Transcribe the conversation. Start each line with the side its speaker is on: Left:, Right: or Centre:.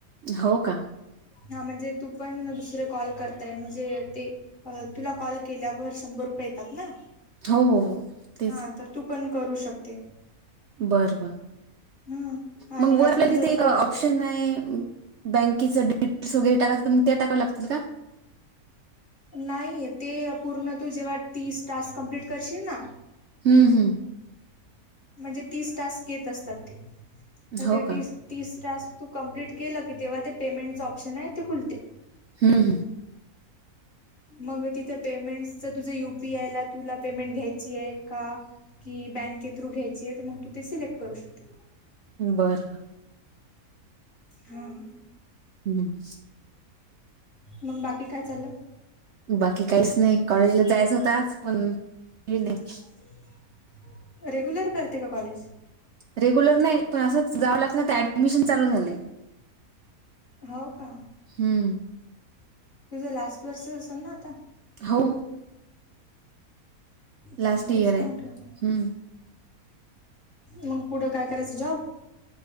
Right: हो का?
Left: हा म्हणजे तू पण दुसरे कॉल करताय म्हणजे ते अ तुला कॉल केल्यावर शंभर रुपये येतात ना,
Right: हो तेच.
Left: हा तर तू पण करू शकते.
Right: बर बर
Left: हम्म आणि
Right: मग वरला
Left: अजून
Right: तिथे
Left: जर कोणाला
Right: ऑप्शन आहे. बँकेचंडटेल्स वगैरे टाकायं तर मग ते टाकां लागतील का?
Left: नाही ते पूर्ण तू जेव्हा तीस टास्क कम्प्लीट करशील ना,
Right: हम्म हम्म.
Left: म्हणजे तीस टास्क येत असतात ते तर
Right: हो
Left: ते तीस
Right: का
Left: तीस तास तू कं्प्लीट केलं की तेव्हा ते पेमेंटचं ऑप्शन आहे ते खुलते.
Right: हम्म.
Left: मग तिथं पेमेंट तर तुझं युपीआय ला तुला पेमेंट घ्यायची आहे का? की बँके थ्रू घ्यायची आहे तर मग तू ते सिलेक्ट करू शकते.
Right: बरं
Left: हम्म.
Right: हम्म <inaudible>
Left: मग बाकी काय चाललं?
Right: बाकी काहीच नाही कॉलेजला जायच होत आ पण <unintelligible> हे नाही.
Left: ह् <inaudible> रेग्युलर करते का कॉलेज?
Right: रेग्युलर नाही पण असंच जावं लागत ना ऍडमिशन चालू झालंय.
Left: हो का?
Right: हम्म.
Left: तुझं लास्ट वर्षच असेल ना आता.
Right: हो
Left: हम्म
Right: लास्ट इयर
Left: तेस
Right: आहे
Left: म्हटल.
Right: हम्म
Left: मग पुढं काय करायचं जॉब?